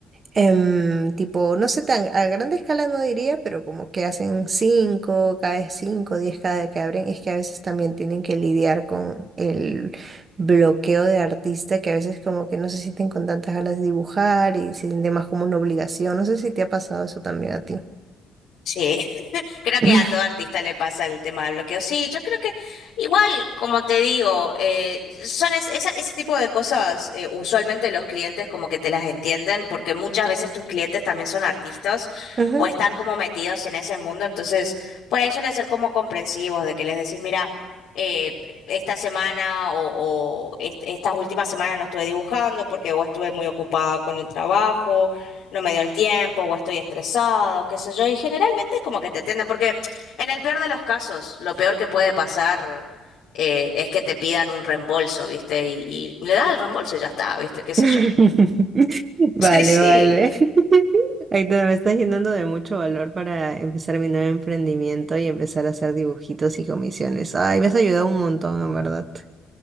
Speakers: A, on the right; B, on the left.
A: Em, tipo, no sé, tan a grande escala no diría, pero como que hacen cinco, cada vez cinco, diez cada que abren, es que a veces también tienen que lidiar con el bloqueo de artista, que a veces como que no se sienten con tantas ganas de dibujar y se siente más como una obligación. No sé si te ha pasado eso también a ti.
B: Sí. Creo
A: <laughs>
B: que a todo artista le pasa el tema del bloqueo. Sí, yo creo que igual, como te digo, eh, son es- esa- ese tipo de cosas, eh, usualmente los clientes como que te las entienden, porque muchas veces tus clientes también son artistas
A: Ujú.
B: o están como metidos en ese mundo, entonces por ahí suele ser como comprensivos, de que les decís, mira, eh, esta semana o, o est- estas últimas semanas no estuve dibujando porque o estuve muy ocupada con el trabajo no me dio el tiempo o estoy estresado, qué sé yo, y generalmente es como que te atienden, porque en el peor de los casos, lo peor que puede pasar eh, es que te pidan un reembolso, ¿viste? Y, y le das el reembolso y ya está, ¿viste? ¿Qué sé yo?
A: <laughs>
B: <laughs>
A: Vale,
B: Sí, sí,
A: vale. <laughs> Aitor, me estás llenando de mucho valor para empezar mi nuevo emprendimiento y empezar a hacer dibujitos y comisiones. Ay, me has ayudado un montón, en verdad.